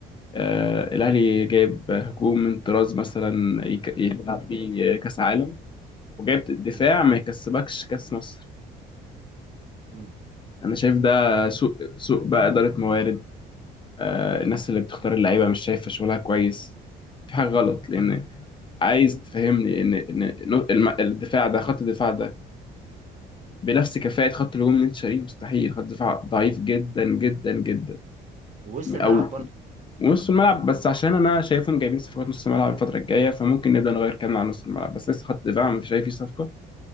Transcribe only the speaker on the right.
امم
امم
ووسط
الملعب برضه